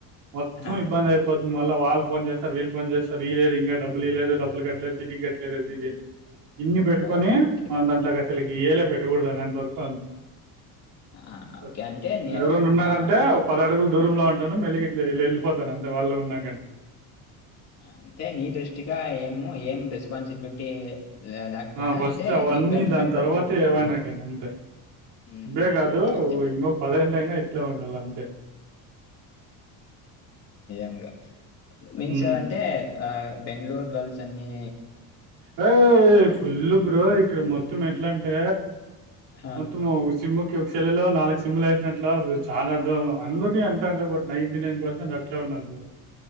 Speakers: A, on the right; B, on the left.
A: మొత్తం
B: ఆ!
A: ఇబ్బంది అయిపో మళ్ళ వాళ్ళు ఫోన్ చేస్తారు, వీళ్ళు ఫోన్ చేస్తరు. ఇయలేదు ఇంగా డబ్బులు ఇయ లేదు, డబ్బులు కట్లేదు, చిట్టీకి కట్లేదు అది ఇది అని. ఇన్ని పెట్టుకొని
B: ఓకే. ఓకే.
A: మన దాంట్లోకి
B: ఆహాహా!
A: అసలుకి ఏలే పెట్టకూడ అంత వరకు
B: ఆ!
A: ఫస్ట్
B: ఓకే. అంటే నే
A: ఎవరన్నా ఉన్నారంటే
B: ఆ!
A: ఒ పది అడుగులు దూరం లో ఉంటాను. మెల్లిగా ఇట్లా వెళ్ళిపోతాను. అంతే వాళ్ళు ఉన్నాగాని.
B: అంతే నీ దృష్టిగా ఏమో ఏం రెస్పాన్సిబిలిటీ లేకపోయినా
A: ఆ ఫస్ట్
B: అంటే
A: అవన్నీ
B: నీ గర్ల్ ఫ్రెండ్
A: దాని తర్వాత
B: పెట్టుకుంటే
A: ఏవైనా కానీ ఇంక
B: హ్మ్.
A: ఇబ్బుడేగాదు
B: హ్మ్. హ్మ్. అంటే
A: ఇంగా పదేలైన ఇట్లే ఉండల అంతే
B: ర్ మీన్స్
A: ఉమ్.
B: అంటే ఆ బెంగళూరు గర్ల్స్ అన్ని
A: రో ఫుల్ బ్రో ఇక్కడ మొత్తం ఎట్లా అంటే
B: ఆ!
A: మొత్తం సిమ్ కి ఒక సెల్ లో నాలుగు సిమ్లు వేసినట్ల చాలా అర్థం. అందరినీ అంటాలే బట్ నైంటి నైన్ పర్సెంట్ అట్లానే ఉన్నారు బ్రో.